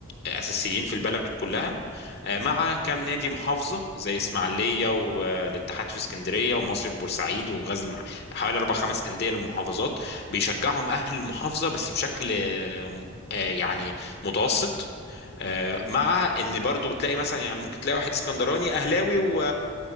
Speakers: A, on the left; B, on the left.
A: اساسيين في البلد كلها آه،
B: امم
A: مع كام نادي محافظه زي اسماعيليه والاتحاد في اسكندريه والمصري في بورسعيد وغزل المح... حوالي اربع خمس انديه للمحافظات بيشجعهم اهل المحافظه بس بشكل آه، آه، يعني متوسط آه،
B: دي حقيقة
A: مع ان برضو بتلاقي مثلا يعني ممكن تلاقي واحد اسكندراني اهلاوي و...